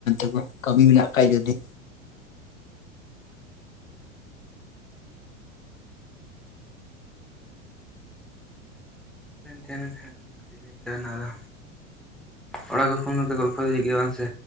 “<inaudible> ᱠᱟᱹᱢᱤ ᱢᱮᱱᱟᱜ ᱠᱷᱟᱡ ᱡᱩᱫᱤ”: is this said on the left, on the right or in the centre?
Left